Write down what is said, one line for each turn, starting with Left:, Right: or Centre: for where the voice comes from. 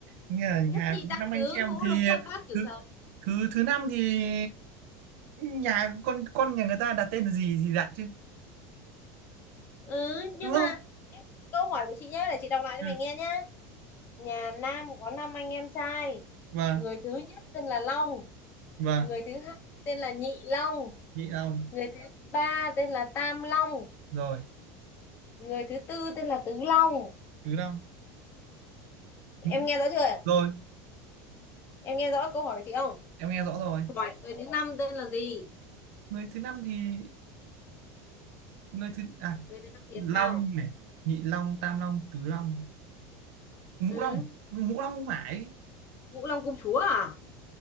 Right: nghe là nhà
Left: nhất nhì
Right: cũng
Left: tam
Right: năm
Left: tứ
Right: anh chị em
Left: ngũ
Right: thì
Left: lục thất bát cửu
Right: thứ
Left: thập
Right: thứ thứ năm thì nhà con con nhà người ta đặt tên là gì thì đặt chứ
Left: ừ nhưng
Right: đúng không
Left: mà câu hỏi của chị nhá để chị đọc lại cho
Right: ừ.
Left: mày nghe nhá nhà Nam có năm anh em trai
Right: vâng
Left: người thứ nhất tên là Long
Right: vâng
Left: người thứ hai tên là Nhị Long
Right: nhị long
Left: người thứ ba tên là Tam Long
Right: rồi
Left: người thứ tư tên là Tứ Long
Right: tứ long
Left: em
Right: ngũ
Left: nghe rõ chưa ạ?
Right: long. rồi
Left: em nghe rõ câu hỏi của chị không
Right: em nghe rõ rồi
Left: hỏi người thứ năm tên là gì
Right: người thứ năm thì người thứ à
Left: người thứ năm thì
Right: long
Left: sao
Right: này nhị long tam long tứ long ngũ
Left: ừ.
Right: long ngũ long không phải
Left: Ngũ Long Công Chúa à